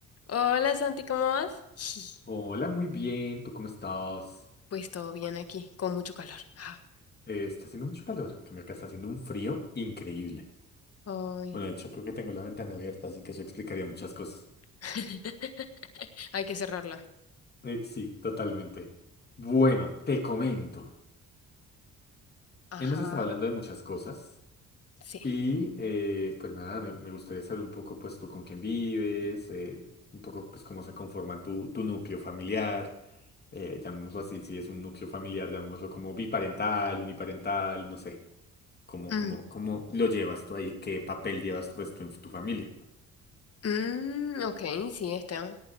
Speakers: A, on the left; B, on the left.
A: Hola Santi, ¿cómo vas? <laughs>
B: Hola, muy bien. ¿Tú cómo estás?
A: Pues todo bien aquí, con mucho calor. Ah,
B: Eh, está haciendo mucho calor. En cambio, acá está haciendo un frío increíble.
A: Ay,
B: Bueno, de hecho, creo que tengo la ventana abierta, así que eso explicaría muchas cosas.
A: <laughs> hay que cerrarla.
B: Eh, sí, totalmente. Bueno, te comento.
A: Ajá,
B: Hemos estado hablando de muchas cosas
A: sí.
B: y, eh, pues nada, me, me gustaría saber un poco, pues tú con quién vives, eh, un poco, pues cómo se conforma tu, tu núcleo familiar. Eh, llamémoslo así, si es un núcleo familiar, llamémoslo como biparental, uniparental, no sé. ¿Cómo,
A: Mm,
B: cómo, cómo lo llevas tú ahí? ¿Qué papel llevas tú esto en tu familia?
A: mm, ok, sí, está